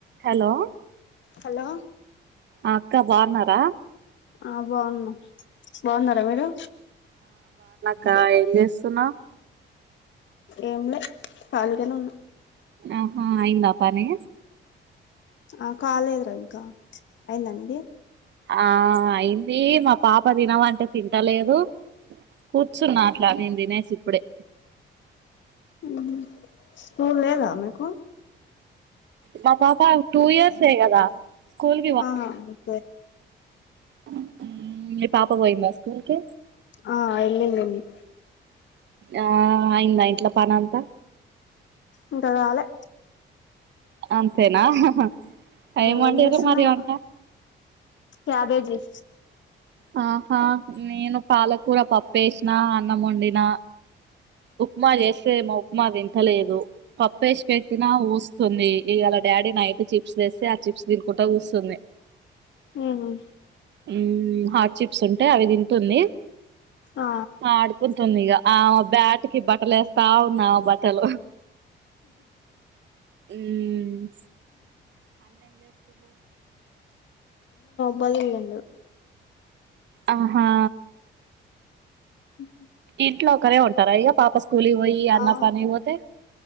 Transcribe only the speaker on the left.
hello
ఆ బాగున్నా బాగున్నారా మీరు
ఏం లే కాళీగానే ఉన్నా
ఆ కాలేదూరా ఇంకా అయింద మీది
ఉ హూ స్కూల్ లేదా మీకు
ఆ ఓకే
ఆ వెల్లిందండి
ఇంకా గలే.
ఏం
చేస్తున్నావ్
ఇంకా క్యాబేజీ.
ఉహు.
ఆ
బల్ ఇలండు.
<inaudible>
ఆ